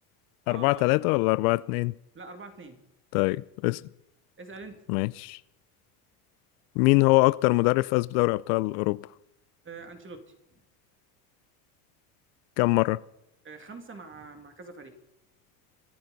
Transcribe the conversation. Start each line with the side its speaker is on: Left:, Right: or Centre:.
Right: اه
Left: أربعة تلاتة
Right: آه.
Left: ولا أربعة اتنين
Right: لا 4 2
Left: طيب اسأل
Right: اسأل انت
Left: ماشي مين هو أكتر مدرب فاز بدوري أبطال أوروبا؟
Right: آه، انشيلوتي
Left: كم مرة؟
Right: آه، خمسة مع مع كذا فريق